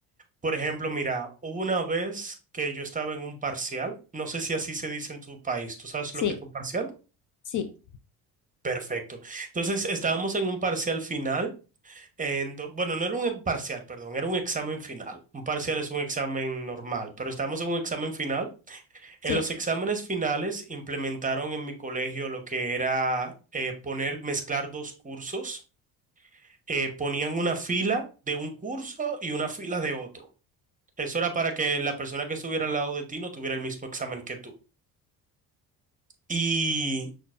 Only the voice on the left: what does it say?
Sí,
sí,
sí.